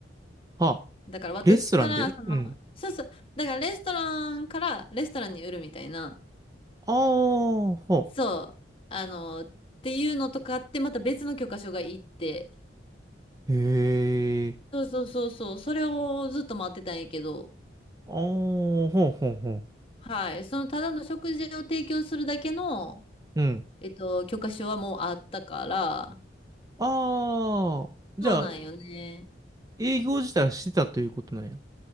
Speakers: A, on the right; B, on the left.
A: は、
B: だから私から、
A: レストランでうん。
B: その、そうそう、だからレストランからレストランに売るみたいな。
A: ああ、ほ
B: そう、あの、っていうのとかって、また別の許可書がいって、
A: う。へえ、
B: そうそうそうそう、それをずっと待ってたんやけど、
A: ああ、ほうほうほう。
B: はい、そのただの食事を提供するだけの、
A: うん。
B: えっと、許可書はもうあったから、
A: ああ、じゃあ、
B: そうなんよね。
A: 営業自体はしてたということなんや。